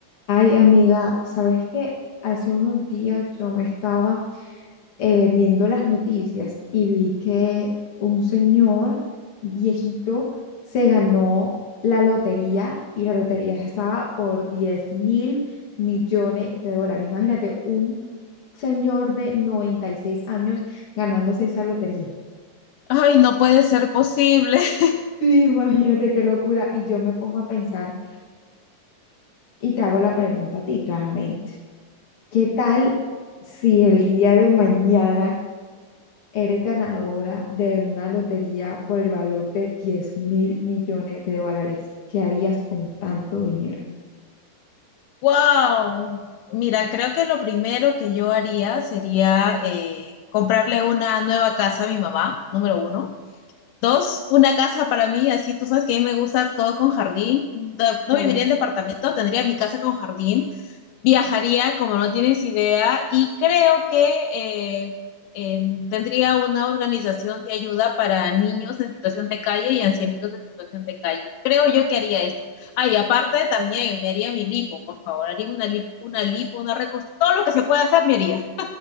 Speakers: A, on the left; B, on the left.
A: Ay, amiga, ¿sabes qué? Hace unos días yo me estaba eh, viendo las noticias y vi que un señor viejito se ganó la lotería y la lotería estaba por diez mil millones de dólares. Imagínate, un señor de 96 años ganándose esa lotería.
B: Ay, no puede ser posible. <laughs>
A: Sí, imagínate qué locura. Y yo me pongo a pensar y te hago la pregunta a ti, claramente. ¿Qué tal si el día de mañana eres ganadora de una lotería por el valor de diez mil millones de dólares? ¿Qué harías con tanto dinero?
B: Wow. Mira, creo que lo primero que yo haría sería eh, comprarle una nueva casa a mi mamá, número uno. Dos, una casa para mí, así tú sabes que a mí me gusta todo con jardín. No
A: Claro.
B: no viviría en departamento, tendría mi casa con jardín. viajaría como no tienes idea y creo que eh, eh, tendría una organización de ayuda para niños en situación de calle y ancianitos en situación de calle. Creo yo que haría eso. Ah, y aparte también me haría mi lipo, por favor, haría una lipo, una lipo, una reco- todo lo que se pueda hacer me haría.